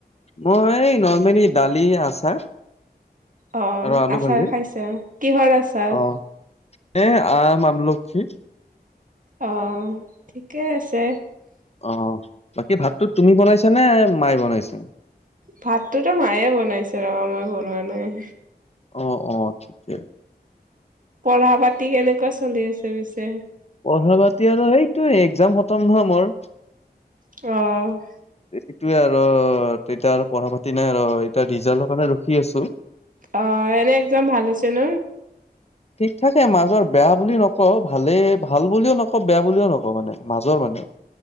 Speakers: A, on the left (about 40°); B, on the right (about 50°).
A: মই, এই নলৰ্মেলি দালি আচাৰ
B: অ',
A: আৰু আলু
B: আচাৰ
A: ভাজি
B: খাইছা কিহৰ আচাৰ?
A: অ এ, আম, আমলখী
B: অ', ঠিকে আছে
A: অ', বাকী ভাতটো তুমি বনাইছা নে, মায়ে বনাইছে
B: ভাতটোতো মায়ে বনাইছে, ৰবা মই বনোৱা নাই
A: অহ, অ, ঠিকেই
B: পঢ়া পাতি কেনেকুৱা চলি আছে পিছে
A: পঢ়া পাতি আৰু সেইটো একজাম খতম নহয়, মোৰ
B: অ',
A: সেইটোয়ে, আৰু তেতিয়া আৰু পঢ়া পাতি নাই আৰু এতিয়া ৰিজাল্টৰ কাৰণে ৰখি আছো
B: অ ', এনে এক্জাম ভাল হৈছে ন
A: <unintelligible> ঠিক থাকে, মাজৰ বেয়া বুলি নকওঁ, ভালেই ভাল বুলিও নকওঁ বেয়া বুলিও নকওঁ মানে মাজৰ মানে